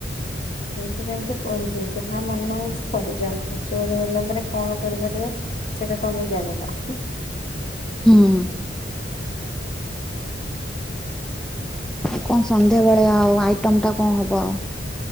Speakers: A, on the left; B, in the centre.
A: ସେଇଥିପାଇଁ ତ କୁହନ୍ତି ଯାହା ମନେ ହଉଛି କରିଯାଅ ଶୁଣିଗଲା ପରେ କଣ କରିପାରିବା। ସେଟା ତମେଁ ଜାଣିଲ।
B: ହଁ। କଣ ସନ୍ଧ୍ୟାବେଳେ ଆଉ ଆଇଟମ ଟା କଣ ହବ ଆଉ।